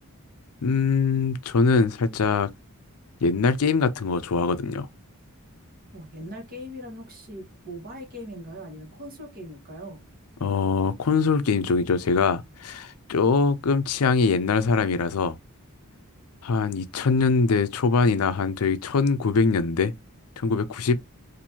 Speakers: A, on the left; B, on the right.
A: 음, 저는 살짝 옛날 게임 같은 거 좋아하거든요.
B: 어, 옛날 게임이라면 혹시 모바일 게임인가요? 아니면 콘솔 게임일까요?
A: 어, 콘솔 게임 쪽이죠. 제가 조금 취향이 옛날 사람이라서, 한 2000년대 초반이나 한 저희 1900년대, 1990?